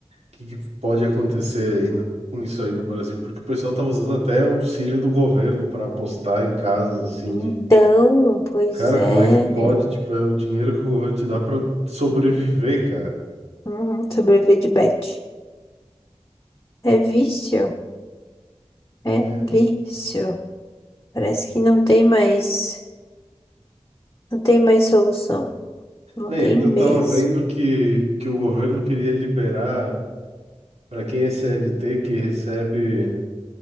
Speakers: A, on the right (about 85°); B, on the left (about 30°).
A: que que pode acontecer aí no- com isso aí no Brasil, porque o pessoal tava usando até o auxílio do governo para apostar em casos assim
B: então,
A: de,
B: pois
A: cara,
B: é.
A: como é que pode? Tipo, é o dinheiro que o governo te dá para sobreviver, cara,
B: Uhum, sobreviver de bet. É vício. É
A: né?
B: vício. Parece que não tem mais, não tem mais solução. Não
A: E ainda
B: tem mesmo.
A: eu tava vendo que que o governo queria liberar para quem é CLT que recebe